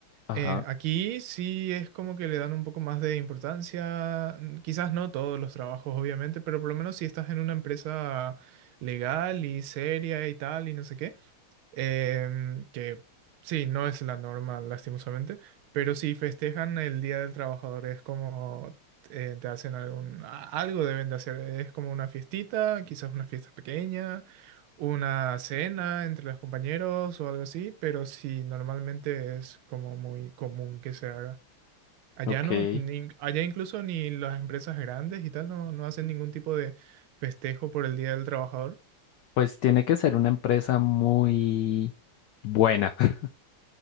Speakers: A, on the left; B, on the right.
A: Ajá,
B: Eh, aquí sí es como que le dan un poco más de importancia, mm, quizás no todos los trabajos, obviamente, pero por lo menos si estás en una empresa legal y seria y tal y no sé qué, Em, que sí, no es la norma, lastimosamente, pero si festejan el Día del Trabajador, es como eh, te hacen algún, a- algo deben de hacer, es como una fiestita, quizás una fiesta pequeña, una cena entre los compañeros o algo así, pero sí, normalmente es como muy común que se haga. Allá
A: ok.
B: no, ni- allá incluso ni las empresas grandes y tal no, no hacen ningún tipo de festejo por el Día del Trabajador.
A: Pues tiene que ser una empresa muy buena, <laughs>